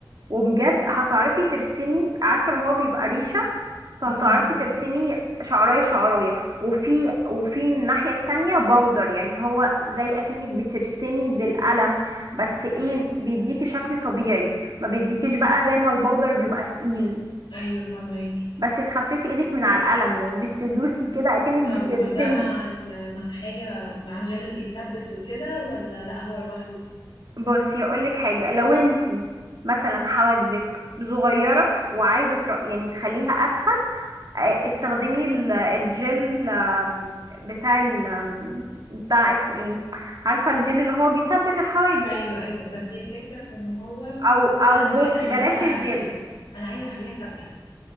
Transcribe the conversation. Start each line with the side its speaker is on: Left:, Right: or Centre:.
Right: وبجد هتعرفي ترسمي عارفة اللي هو بيبقى ريشة فهتعرفي
Left: امم
Right: ترسمي شعراية شعراية وفي وفي الناحية التانية باودر يعني هو زي اكنك بترسمي بالقلم بس ايه بيديكي شكل طبيعي ما بيديكيش بقى زي ما الباودر بيبقى تقيل
Left: ايوه فاهماكي
Right: بس تخففي ايدك من على القلم يعني مش تدوسي كده اكنك
Left: طب
Right: بترسمي
Left: وده مع ال... مع حاجه مع جل بيثبت وكده ولا لا هو لوحده
Right: بصي اقولك حاجه لو انتي مثلا حواجبك صغيره وعايزه تر... يعني تخليها اتخن آه، استخدمي ال- الجل آم، بتاع ال... آم، بتاع اسمه ايه عارفه الجل اللي هو بيثبت الحواجب
Left: ايوه ايوه بس هي الفكره في ان هو
Right: او او
Left: انا مش
Right: بصي
Left: عايزه اخليها
Right: بلاش
Left: اتخن
Right: الجل
Left: انا عايزه اخليها ثابته